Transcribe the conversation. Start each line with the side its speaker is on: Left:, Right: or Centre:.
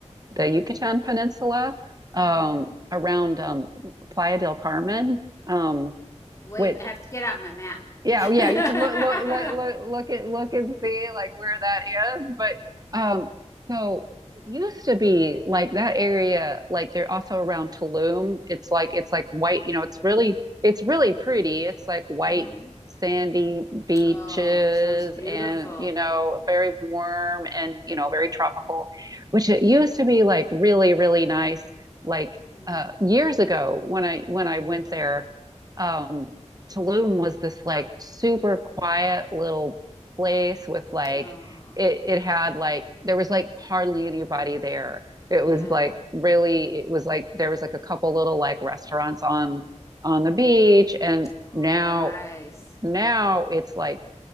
Right: the Yucatan Peninsula um,
Left: Mm-hmm.
Right: around um, Playa del Carmen, um,
Left: Wait,
Right: which
Left: I have to get out my map.
Right: yeah,
Left: <laughs>
Right: yeah, you can look look look look look at look and see like where that is. But um so it used to be like that area, like they're also around Tulum. It's like it's like white, you know, it's really it's really pretty. It's like white
Left: Mm-hmm.
Right: sandy beaches
Left: Oh, sounds beautiful.
Right: and you know, very warm and you know, very tropical, which it used to be like really, really nice like
Left: Mhm.
Right: uh years ago when I when I went there. Um Tulum was this like super quiet little place with like
Left: Oh,
Right: it it had like there was like hardly anybody there. It
Left: yeah.
Right: was like really it was like there was like a couple little like restaurants on on the beach and
Left: Oh,
Right: now
Left: nice.
Right: now it's like